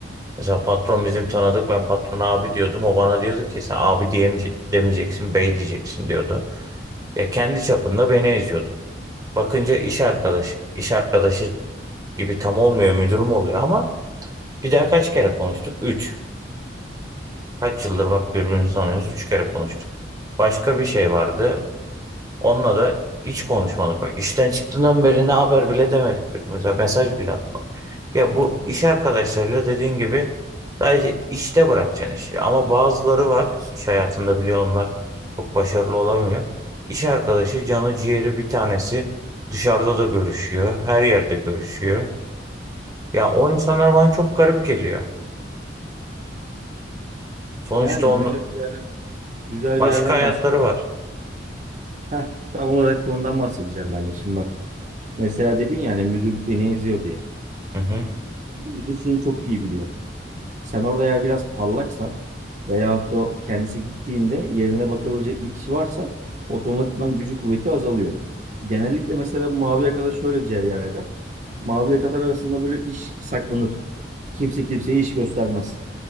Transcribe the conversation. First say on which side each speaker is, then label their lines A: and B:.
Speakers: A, on the right; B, on the right.
A: Mesela patron bizim tanıdık ben patrona abi diyordum o bana diyordu ki sen abi diyemeyeceksin, demeyeceksin bey diyeceksin diyordu. Ya kendi çapında beni eziyordu. Bakınca iş arkadaşı iş arkadaşı gibi tam olmuyor müdürüm oluyor ama bir daha kaç kere konuştuk? Üç. Kaç yıldır bak birbirimizi tanıyoruz üç kere konuştuk. Başka bir şey vardı. Onunla da hiç konuşmadık. Bak işten çıktığından beri ne haber bile demedik birbirimize. Mesaj bile atmadık. Ya bu iş arkadaşlarıyla dediğin gibi sadece işte bırakacaksın işi. Ama bazıları var iş hayatında biliyor onlar çok başarılı olamıyor. İş arkadaşı canı ciğeri bir tanesi dışarıda da görüşüyor. Her yerde görüşüyor. Ya o insanlar bana çok garip geliyor. Sonuçta
B: Yani
A: onun
B: güzel bir yer, güzel
A: başka
B: bir yerden
A: hayatları
B: bahsediyorsun.
A: var.
B: Heh, tam olarak da ondan bahsedeceğim ben de şimdi bak. Mesela dedin yani müdür beni eziyor diye.
A: Hı hı,
B: Müdür şunu çok iyi biliyor. Sen orada eğer biraz parlaksan veyahut da o kendisi gittiğinde yerine bakabilecek bir kişi varsa otomatikman gücü kuvveti azalıyor. Genellikle mesela bu mavi yakada şöyle cereyan eder. Mavi yakalar arasında böyle iş saklanır. Kimse kimseye iş göstermez.